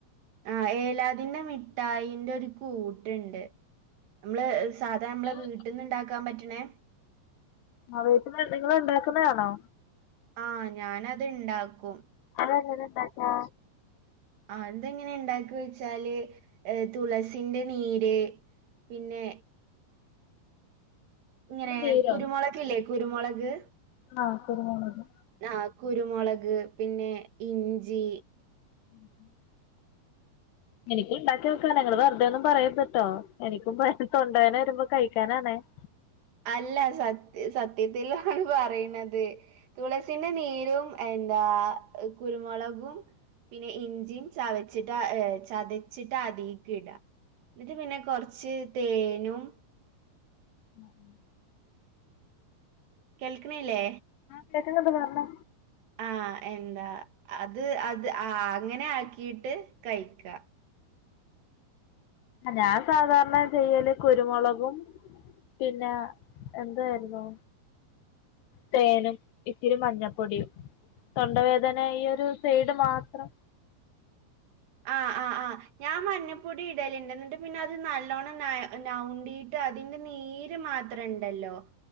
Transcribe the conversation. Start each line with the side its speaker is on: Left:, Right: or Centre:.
Right: ആ ഏലാദിന്റെ മിഠായിന്റെ ഒരു കൂട്ട്ണ്ട് നമ്മള് സാധാ നമ്മളെ
Left: അത്
Right: വീട്ടിൽന്ന് ണ്ടാക്കാൻ പറ്റണേ
Left: ആ വീട്ട്ന്ന് നിങ്ങൾ ഇണ്ടാക്കുന്നയാണോ?
Right: ആ ഞാനത് ഇണ്ടാക്കും
Left: അത് എങ്ങനെ ണ്ടാക്കാ?
Right: ആ അതെങ്ങനെ ണ്ടാക്ക ചോയ്ചാല് ഏ തുളസിന്റെ നീര് പിന്നെ ഇങ്ങനെ
Left: നീരോ
Right: കുരുമുളക് ഇല്ലെ കുരുമുളക്
Left: ആ കുരുമുളക്
Right: ആ കുരുമുളക് പിന്നെ ഇഞ്ചി
Left: <inaudible> എനിക്കും ഉണ്ടാക്കിനോക്കാനാ ങ്ങള് വെറുതെ ഒന്നും പറയര്ത്ട്ടോ എനിക്കും തൊണ്ട വേദന വരുമ്പോ കഴിക്കാനാണേ <inaudible>
Right: അല്ല സത് സത്യത്തിലാണ് പറയണത് തുളസിന്റെ നീരും എന്താ കുരുമുളകും പിന്നെ ഇഞ്ചിയും ചവച്ചിട്ട് ചതച്ചിട്ട് അതീക്ക് ഇട ന്ന്ട്ട് പിന്നെ കൊറച്ച് തേനും
Left: <inaudible>
Right: കേൾക്ക്‌ണില്ലേ?
Left: കേക്ക്ന്ന്ണ്ട് പറഞ്ഞോ
Right: ആ എന്താ അത് അത് ആ അങ്ങനെ ആ‌ക്കിട്ട് കഴിക്കാ
Left: ഞാൻ സാധാരണ ചെയ്യല് കുരുമുളകും പിന്ന എന്താരുന്നു തേനും ഇത്തിരി മഞ്ഞപ്പൊടിയും തൊണ്ടവേദന ഈ ഒരു സൈഡ് മാത്രം
Right: ആഹ് ആഹ് ആഹ് ഞാൻ മഞ്ഞപ്പൊടി ഇടലിണ്ട് എന്നിട്ട് പിന്നെ അത് നല്ലോണം ന നൗണ്ടി ട്ട് അതിന്റെ നീര് മാത്രണ്ടല്ലോ